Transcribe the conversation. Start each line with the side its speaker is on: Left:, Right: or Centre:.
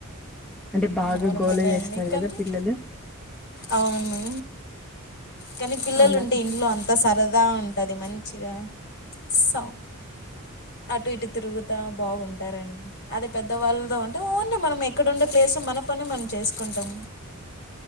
Centre: అంటే బాగా
Left: నార్మలే
Centre: గోలు చేస్తారు
Left: అండి కానీ
Centre: కదా పిల్లలు
Left: అవును కానీ పిల్లలు
Centre: అలా
Left: ఉంటే ఇంట్లో అంతా సరదా ఉంటుంది మంచిగా స అటు ఇటు తిరుగుతా బాగుంటుంది అంటారండి అది పెద్దవాళ్ళతో ఉంటే ఓన్లీ మనం ఎక్కడండే క్లేసు మనపని మనం చేసుకుంటం